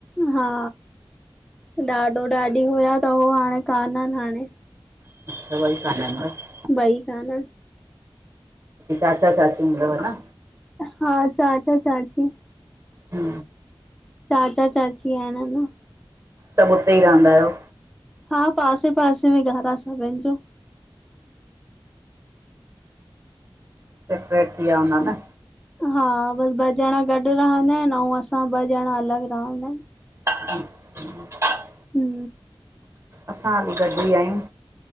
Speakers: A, in the centre; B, on the right.
A: हा ॾाॾो ॾाढी होया त हो हाणे कानन हाणे।
B: <unintelligible>
A: ॿई इंदा न।
B: चाचा चाची हूंदव न।
A: हा चाचा चाची।
B: हु।
A: चाचा चाची आहिन न।
B: सभु उते ई रहंदा आहियो?
A: हा पासे पासे में घर आह सभिनि जो।
B: सेपरेट थी विया हूंदा न।
A: हा बसि ॿ ॼणा गॾु रहंदा आहिन, ऐं असां ॿ ॼणा अलॻि रहंदा आहिन।
B: <inaudible>
A: हु।
B: असां हाली गॾु ई आहियूं।